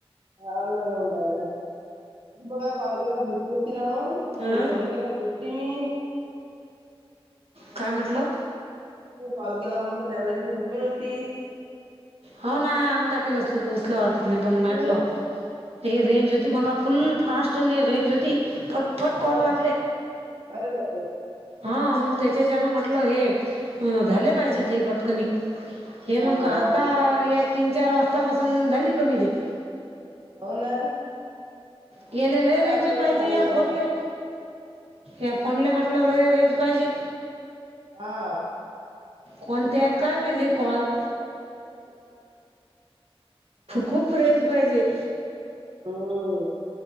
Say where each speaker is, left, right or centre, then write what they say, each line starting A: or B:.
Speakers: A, on the right (about 55°); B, on the right (about 80°).
A: हा ना <unintelligible> काय फायदा मगाशी कॉल केला झोपूनच तीन
B: हां
A: जेवण केलं झोपली मी.
B: काय म्हटलं?
A: तू कॉल केलेला त्यावेळेस मी झोपलेली होती.
B: हो ना अंग टाकलेलं असल की उसला वाटत नाही पण
A: हो
B: म्हटलं हे रेंज होती मगा फुल फास्ट रेंज होती फट फट
A: हो.
B: कॉल लागले.
A: अरे बाबा
B: हा मग त्याच्या जना म्हटलं हे झाले पाहिजेत हे पटकनी. हे मंग
A: हां,
B: का
A: हां.
B: आता
A: मी काय
B: या तीन चार वाजतापासून झाली कमी ते.
A: हो ना.
B: येले लय
A: आता
B: रेंज
A: आमच्याकडे
B: पाहिजे
A: पाणी
B: या
A: आलतं.
B: फोनले. या फोनले म्हटलं लय रेंज पाहिजे.
A: हां.
B: कोणत्या आहेत काय माहित हे कॉल खूप रेंज पाहिजे.
A: हम्म